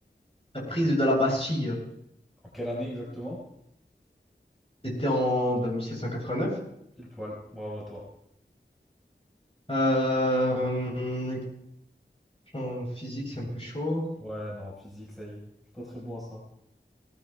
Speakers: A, on the left; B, in the centre.
A: La prise de la Bastille.
B: En quelle année exactement?
A: C'était en bah, 1789.
B: Pile poil. Bravo à toi.
A: Euh, en physique, c'est un peu chaud.
B: Ouais, non, physique, ça y est. Je suis pas très bon à ça.